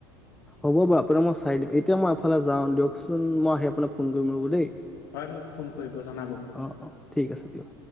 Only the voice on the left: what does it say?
হয় মোক ফোন কৰিব জনাব।